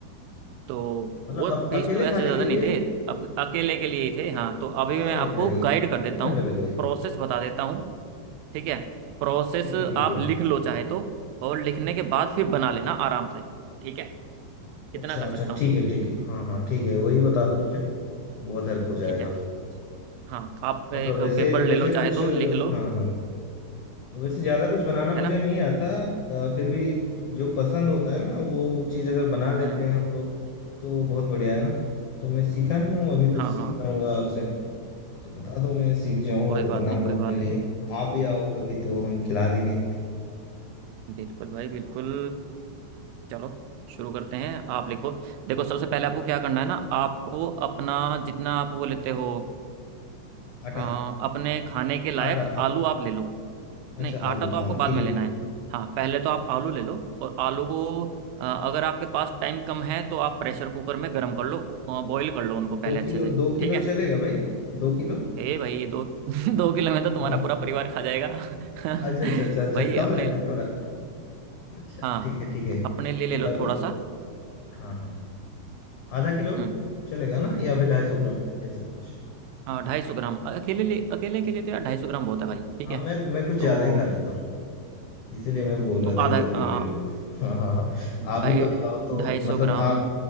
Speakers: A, on the right; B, on the left.
A: तो
B: मतलब
A: वो
B: अब
A: फीस
B: अकेले
A: तो ऐसे
B: खाने
A: ज़्यादा
B: के
A: नहीं
B: लिए
A: थे अप, अकेले के लिए ही थे हाँ तो अभी
B: अरे
A: मैं आपको
B: भाई
A: गाइड कर
B: तीन
A: देता
B: घंटे
A: हूँ
B: लगे
A: प्रोसेस बता देता हूँ ठीक है प्रोसेस
B: ठीक है ठीक
A: आप
B: है
A: लिख लो चाहे तो और लिखने के बाद फिर बना लेना आराम से ठीक है इतना
B: अच्छा
A: कर
B: अच्छा
A: सकता हूँ
B: ठीक है ठीक है हाँ हाँ ठीक है वही बता दो मुझे बहुत हेल्प हो जाएगा
A: ठीक है हाँ आप एक
B: मतलब वैसे
A: पेपर ले
B: वैसे
A: लो चाहे
B: कुछ
A: तो
B: हाँ
A: लिख लो
B: हाँ वैसे ज्यादा कुछ बनाना मुझे
A: है ना
B: नहीं आता अ, फिर भी जो पसंद होता है ना वो चीज अगर बना लेते
A: हम्म
B: हैं हम लोग तो बहुत बढ़िया है ना तो मैं सीखा नहीं हूँ अभी तो
A: हाँ
B: सीख
A: हाँ
B: जाऊंगा आपसे तो बता दो मैं सीख जाऊँ
A: कोई
B: और
A: बात
B: बना
A: नहीं
B: लूँ
A: कोई
B: अपने
A: बात
B: लिए
A: नहीं
B: आप भी आओ कभी तो हम खिला देंगे
A: बिल्कुल भाई बिल्कुल चलो शुरू करते हैं आप लिखो देखो सबसे पहले आपको क्या करना है ना आपको अपना जितना आप वो लेते हो
B: आटा
A: अ, अपने खाने के लायक
B: आटा आ,
A: आलू आप ले लो
B: अच्छा
A: नहीं
B: आलू
A: आटा तो आपको
B: हाँ
A: बाद
B: ठीक
A: में
B: है
A: लेना है हाँ पहले तो आप आलू ले लो और आलू को अ, अगर आपके पास टाइम कम है तो आप प्रेशर कुकर में गर्म कर लो बॉईल कर लो उनको पहले
B: दो
A: अच्छे
B: किलो
A: से
B: दो
A: ठीक
B: किलो
A: है
B: चलेगा भाई दो किलो
A: ए भाई दो <laughs> दो किलो में तो तुम्हारा
B: <laughs>
A: पूरा परिवार खा जाएगा <laughs>
B: अच्छा अच्छा अच्छा अच्छा
A: भाई
B: कम
A: अपने
B: लेना है थोड़ा अच्छा
A: हाँ
B: ठीक है ठीक है
A: अपने लिए ले
B: मतलब
A: लो थोड़ा सा
B: हाँ हाँ आधा किलो
A: हम्म
B: चलेगा ना या फिर ढाई सौ ग्राम ऐसा कुछ
A: हाँ ढाई सौ ग्राम अकेले लिए अकेले के लिए तो यार ढाई सौ ग्राम बहुत है भाई ठीक
B: हाँ
A: है
B: मैं मैं कुछ ज्यादा
A: तो
B: ही खा लेता हूँ इसीलिए मैं बोल
A: तो
B: रहा था
A: आधा
B: कि दो किलो
A: अ,
B: ले लूँ हाँ हाँ हाँ आप
A: भाई
B: भी कभी आओ तो
A: ढाई
B: मतलब
A: सौ ग्राम
B: आप